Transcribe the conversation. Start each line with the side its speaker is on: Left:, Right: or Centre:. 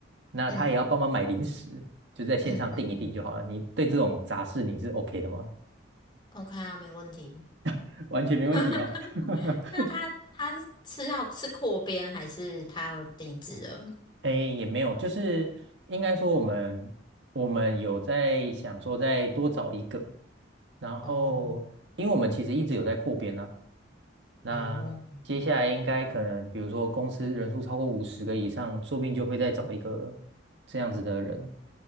Right: 那他也要帮忙买零食，
Left: 嗯
Right: 就在线上订一订就好了。
Left: 嗯嗯嗯
Right: 你对这种杂事你是 OK 的吗？
Left: ，OK 啊，没问题。
Right: <laughs> 完全没问题哦。
Left: <laughs>
Right: <laughs>
Left: 那他他是要吃扩编还是他要离职了？
Right: 哎，也没有，就是应该说我们我们有在想说再多找一个，然后因为我们其实一直有在扩编呢
Left: 哦
Right: 那接下来应该可能，
Left: 哦，
Right: 比如说公司人数超过五十个以上，说不定就会再找一个这样子的人。